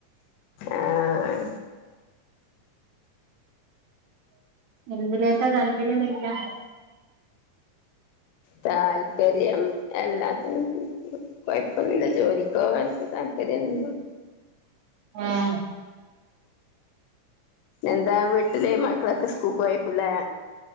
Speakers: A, on the left (about 85°); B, on the right (about 70°).
A: ആഹ്
B: എന്തിലേക്കാ താല്പര്യം നയിക്കാ
A: താല്പര്യം എല്ലാത്തിനും കുഴപ്പൊന്നില്ല ജോലിക്കോ വനൊക്കെ താല്പര്യംന്ന
B: ആഹ്
A: എന്താ വീട്ടിലെ മക്കളൊക്കെ സ്കൂൾയിക്കൂലേ